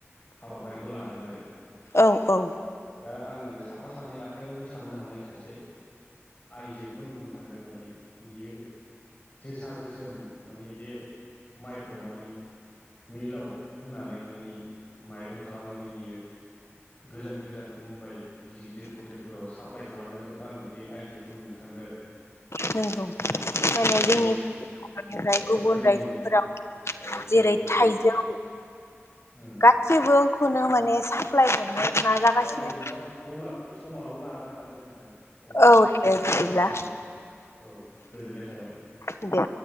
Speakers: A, on the left; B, on the left.
A: हाबाफारिखौ लादों आरो।
B: औ औ
A: दा आङो साफा सानै आखाइयावनो साननो हानाय सासे आयजोखौ नुनो थांदों माने बियो जोसा गोसोम माने बे माइखौ माने मिलाव होनानै माने माइरं खालामनानै बियो गोजान गोजान मुम्बाइ गिदिद गिदिद हटेलफोराव साप्लाइ खालामनायखौ आङो बे आइजोखौ नुनो थांदों आरो।
B: नोंगौ माने
A: औ
B: जोंनि
A: बे
B: <unintelligible> निफ्राय
A: औ
B: गुबुन
A: जोंनिनो
B: रायजोफोराव
A: औ
B: जेरै
A: गुबुन रायजोआव
B: थाइजौ
A: उम
B: गाससिबो खुनु माने साप्लाय हरनो नाजागासिनो।
A: औ नोंथां अब्ला समाबो बारबाय माथो नोंथां अब्ला
B: औ दे बिदिब्ला
A: उम। औ गोजोननाय थाबाय।
B: दे।